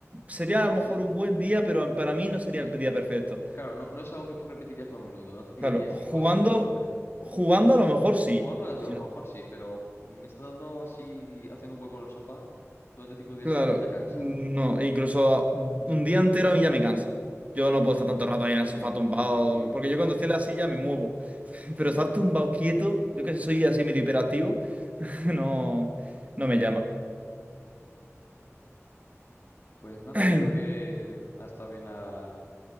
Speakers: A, on the right; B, on the left.
A: Sería a lo
B: Sí.
A: mejor un buen día, pero para mí no
B: Sí,
A: sería el día perfecto.
B: claro, no, no es algo que tú repetirías por menudo, no te tirarías
A: Claro, jugando,
B: cinco días de golpe.
A: jugando a lo mejor sí.
B: Jugando a a lo
A: Sí,
B: mejor sí, pero me está dando así, haciendo un hueco en el sofá durante cinco días
A: Claro,
B: seguidos ya cansa.
A: no, e incluso un día entero a mí ya me cansa. Yo no puedo estar tanto rato ahí en el sofá
B: Coincido,
A: tumbado,
B: coincido.
A: porque yo cuando estoy en la silla me muevo. <laughs> Pero estar tumbado quieto, yo que soy así medio hiperactivo, <laughs> no, no me llama.
B: Pues nada,
A: <clears throat>
B: creo que ha estado bien la,